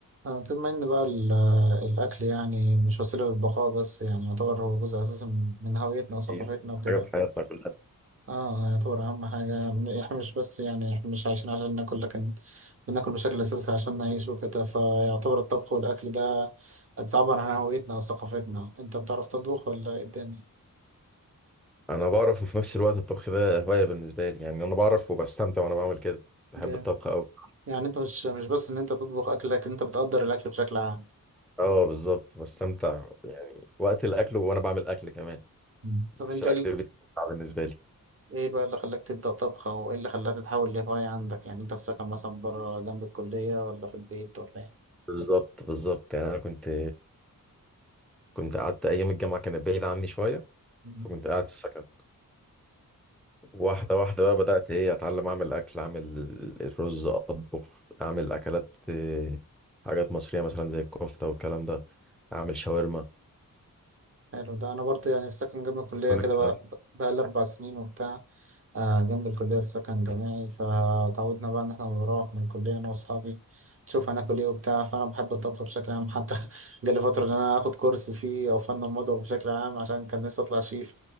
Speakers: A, on the right; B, in the centre.
A: آه، بما ان بقى ال- الاكل يعني مش وسيله للبقاء بس يعني يعتبر هو جزء اساسي من من هويتنا وثقافتنا
B: إيه
A: وكده
B: حاجة في حياتنا كلها
A: اه يعتبر اهم حاجه م- احنا مش بس يعني احنا مش عايشين عشان ناكل لكن بناكل بشكل اساسي عشان نعيش وكده فيعتبر الطبخ والاكل ده بتعبر عن هويتنا وثقافتنا انت بتعرف تطبخ ولا ايه الدنيا
B: أنا بعرف وفي نفس الوقت الطبخ ده هواية بالنسبة لي يعني أنا بعرف وبستمتع وأنا بعمل كده بحب
A: جامد
B: الطبخ أوي
A: يعني انت مش مش بس ان انت تطبخ اكل لكن انت بتقدر الاكل بشكل عام
B: أه بالظبط بستمتع يعني وقت الأكل وأنا بعمل أكل كمان
A: مم.
B: بحس
A: طب انت
B: الأكل بيتمتع بالنسبة لي
A: ايه بقى اللي خلاك تبدأ طبخ او ايه اللي خلاها تتحول لهواية عندك يعني انت في سكن مثلا بره جنب الكلية ولا في البيت ولا
B: بالظبط بالظبط يعني أنا كنت كنت قعدت أيام الجامعة كانت بعيدة عني شوية
A: ايه
B: فكنت قاعد في السكن واحدة واحدة بقى بدأت إيه أتعلم أعمل أكل أعمل الرز أطبخ أعمل أكلات إيه، حاجات مصرية مثلا زي الكفتة والكلام ده أعمل شاورما
A: حلو ده انا برضه يعني في سكن جنب الكليه
B: كل
A: كده
B: الكلام
A: بقى بقى لي اربع سنين وبتاع آه، جنب الكليه في سكن جامعي فتعودنا بقى ان احنا بنروح من الكليه انا واصحابي نشوف هناكل ايه وبتاع فانا بحب الطبخ بشكل عام حتى <laughs> جالي فتره ان انا اخد كورس فيه او فن المطبخ بشكل عام عشان كان نفسي اطلع شيف